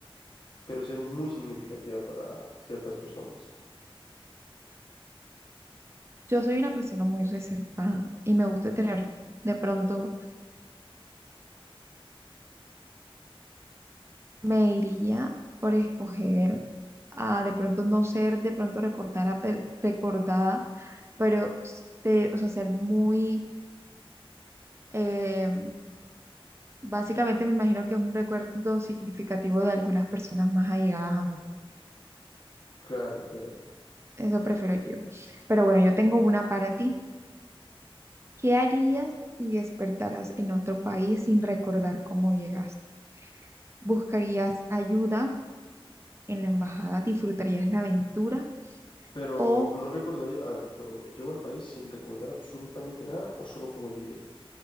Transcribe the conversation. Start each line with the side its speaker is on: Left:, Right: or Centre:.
Left: pero ser muy significativa para ciertas personas?
Right: Yo soy una persona muy reservada y me gusta tener, de pronto, me iría por escoger a, de pronto, no ser, de pronto, recordada, recordada, pero, de- o sea, ser muy, eh, básicamente me imagino que es un recuerdo significativo de algunas personas más allegadas a mí.
Left: Claro, claro.
Right: Eso prefiero yo. Pero bueno, yo tengo una para ti. ¿Qué harías si despertaras en otro país sin recordar cómo llegaste? ¿Buscarías ayuda en la embajada? ¿Disfrutarías la aventura?
Left: Pero
Right: ¿O
Left: no recordaría, a ver, pero llego al país sin recordar absolutamente nada o solo cómo llegué.